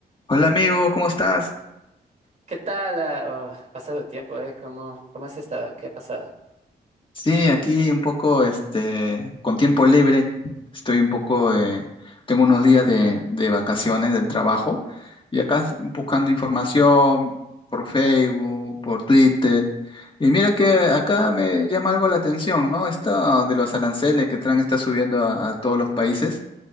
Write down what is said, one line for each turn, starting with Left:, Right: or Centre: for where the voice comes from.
Left: Hola amigo, ¿cómo estás?
Right: ¿Qué tal? ah, oh, pasado el tiempo, ¿eh? ¿Cómo, cómo has estado? ¿Qué ha pasado?
Left: Sí, aquí un poco, este, con tiempo libre, estoy un poco, eh, tengo unos días de, de vacaciones del trabajo y acá s- buscando información por Facebook, por Twitter. Y mira que acá me llama algo la atención, ¿no? Esta de los aranceles que Trump está subiendo a, a todos los países,